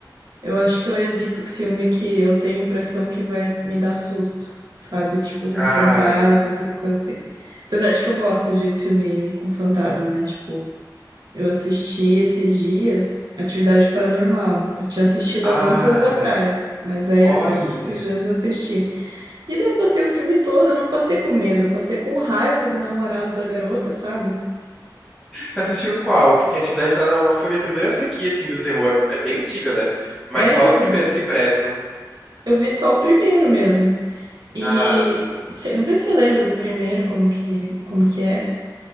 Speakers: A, on the right (about 65°); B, in the centre.
A: Eu acho que eu evito filme que eu tenho a impressão que vai me dar susto, sabe? Tipo,
B: Ai,
A: fantasma, essas coisas assim. Apesar de que eu gosto de filme com fantasma, né? Tipo, eu assisti esses dias Atividade Paranormal. Eu tinha assistido
B: ai.
A: há muitos anos atrás, mas aí
B: Olha,
A: essas- esses dias eu assisti. E daí eu passei o filme todo, eu não passei com medo, eu passei com raiva do namorado da garota, sabe?
B: você assistiu qual? Porque Atividade Paranormal foi minha primeira franquia, assim, do terror. É, é bem antiga, né? Mas
A: É,
B: só os primeiros que prestam.
A: eu vi só o primeiro mesmo. E
B: Ah, assim,
A: sei- não sei se você lembra do primeiro, como que, como que é.